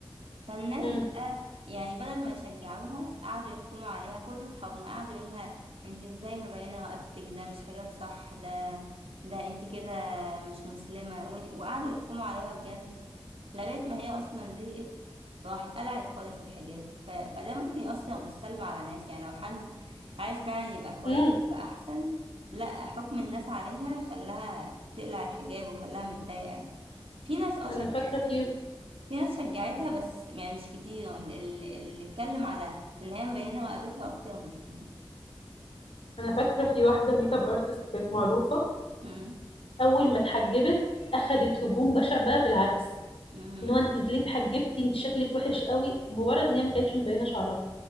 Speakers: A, on the right; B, on the left.
A: فالناس
B: امم
A: بقى يعني بدل ما يشجعوها قعدوا يحكموا عليها كل اصحابنا قعدوا يقولها انت ازاي مبينه رقبتك ده مش حجاب صح ده ده انت كده مش مسلمه و- وقعدوا يحكموا عليها بجد لغايه ما هي اصلا زهقت راحت قلعت خالص الحجاب ف... فده ممكن يأثر بالسلب على ناس يعني لو حد عايز فعلا يبقى كويس
B: امم
A: وأحسن لا حكم الناس عليها خلاها تقلع الحجاب وخلاها متضايقة في ناس اه
B: انا
A: شجعت
B: فاكرة في
A: في ناس شجعتها بس يعني مش كتير ال- ال- اللي اتكلم على ان هي مبينة رقبتها اكتر بكتير
B: انا فاكرة في واحدة ميك اب ارتست كانت معروفة
A: مم.
B: اول ما اتحجبت اخدت هجوم بشع بقى بالعكس
A: مم.
B: ان هو انت ليه اتحجبتي انت شكلك وحش قوي مجرد ان هي ما كانتش مبينة شعرها